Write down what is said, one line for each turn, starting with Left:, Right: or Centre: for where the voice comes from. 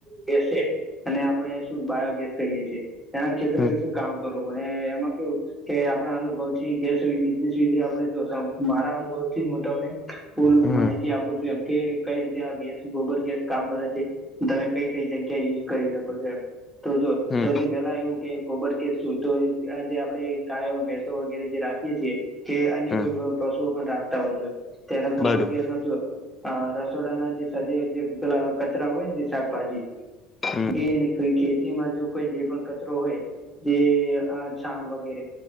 Centre: ગેસ છે અને આપણે શું બાયોગેસ કહીએ છીએ એના ક્ષેત્ર
Left: હમ
Centre: વિશે કામ કરું અને એમાં કેવું કે આપણા અનુભવ થી ગેસ બિઝનેસ વિશે આપણે જો મારા અનુભવ હું તમને ફૂલ
Left: હમ
Centre: માહિતી આપું છું એમ કે કઈ રીતે આ ગેસ ગોબર ગેસ કામ કરે છે તમે કઈ કઈ જગ્યા યુઝ કરી શકો છો એમ તો
Left: હમ
Centre: સો થી પેલા એવું કે ગોબર ગેસ કે શું તો આ જે આપડે ગવમાં ભેસો વગેરે જે રાખીએ છીએ કે અન્ય
Left: હમ
Centre: કોઈ પશુઓ પણ રાખતા હોય છે તેના ગોબર
Left: બરોબર
Centre: ગેસમાં જો આ રસોડાના જેરી જે પેલા કચરા હોય ને જે શાકભાજી
Left: હમ
Centre: એની કોઈ ખેતીમાં જો કોઈ જે પણ કચરો હોય જે છાણ અ વગેરે